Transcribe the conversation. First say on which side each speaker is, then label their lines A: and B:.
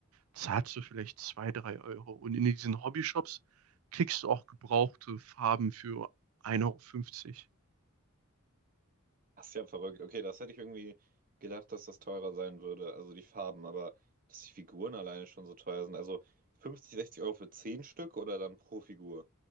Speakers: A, on the right; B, on the right.
A: zahlst du vielleicht zwei, drei Euro. Und in diesen Hobbyshops kriegst du auch gebrauchte Farben für ein Euro. fünfzig
B: Das ist ja verrückt. Okay, das hätte ich irgendwie gedacht, dass das teurer sein würde. Also die Farben, aber dass die Figuren alleine schon so teuer sind. Also 50, 60 Euro für 10 Stück oder dann pro Figur?